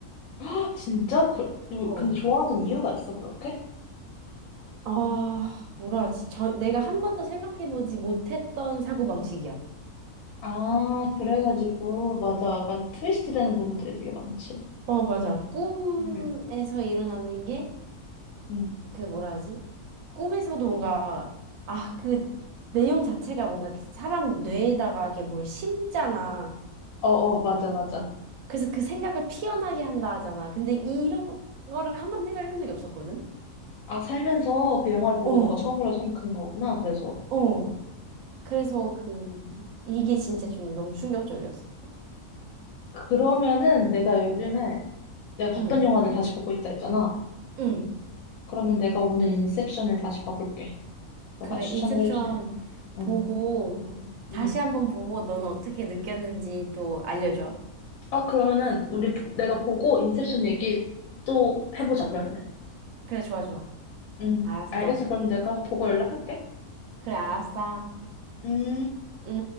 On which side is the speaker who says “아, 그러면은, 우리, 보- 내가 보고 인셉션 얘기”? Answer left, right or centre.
Left